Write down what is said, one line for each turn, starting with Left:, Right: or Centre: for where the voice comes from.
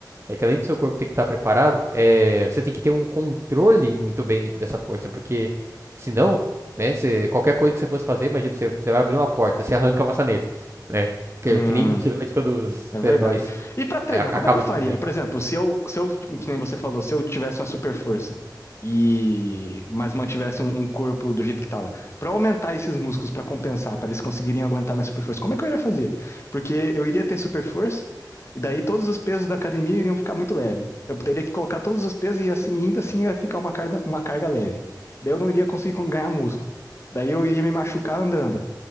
Right: é que além do seu corpo ter que estar preparado, é, você tem que ter um controle muito bem dessa força, porque senão, né, você, qualquer coisa que você fosse fazer, imagina, você, você vai abrir uma porta, você arranca a maçaneta, né? Que,
Left: Hum.
Right: que nem geralmente quando os super-heróis
Left: É verdade. E pra treinar,
Right: é, acabam
Left: como é que eu faria?
Right: de descobrir.
Left: Por exemplo, se eu, se eu, que nem você falou, se eu tivesse uma super força e mas mantivesse um, um corpo do jeito que tava, Pra aumentar esses músculos pra compensar, pra eles conseguirem aguentar minha super força, como é que eu iria fazer? Porque eu iria ter super força e daí todos os pesos da academia iriam ficar muito leves. Eu teria que colocar todos os pesos e assim ainda assim ia ficar uma carga, uma carga leve. Daí eu não iria conseguir con- ganhar músculo. Daí eu iria me machucar andando.